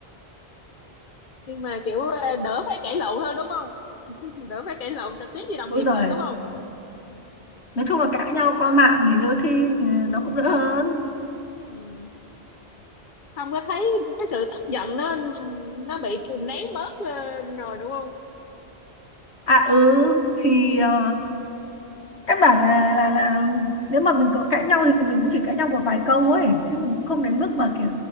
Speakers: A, on the left (about 50°); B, on the left (about 85°).
A: nhưng mà kiểu ờ, đỡ phải cãi lộn hơn đúng không đỡ phải cãi lộn trực tiếp với đồng
B: ôi
A: nghiệp
B: giời
A: hơn đúng không
B: nói chung là cãi nhau qua mạng thì đôi khi ừ, nó cũng đỡ hơn
A: ừ. không có thấy cái sự tức giận nó nó bị kìm nén bớt ờ, rồi đúng không
B: à ừ thì ờ, căn bản là là là nếu mà mình có cãi nhau thì mình cũng chỉ cãi nhau một vài câu ấy chứ mình cũng không đến mức
A: ừ.
B: mà kiểu